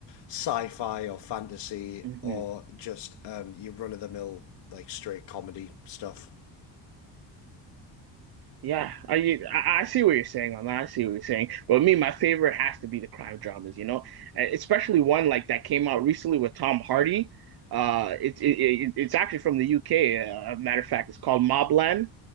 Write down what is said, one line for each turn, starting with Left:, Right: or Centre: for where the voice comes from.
Left: sci-fi or fantasy
Right: hmm
Left: or just um, your run-of-the-mill like straight comedy stuff.
Right: Yeah, I, I I see what you're saying on that. I see what you're saying. Well, me, my favorite has to be the crime dramas, you know, Uh, especially one like that came out recently with Tom Hardy. Uh, it's it, it, it's actually from the UK. Uh, a matter of fact, it's called Mobland.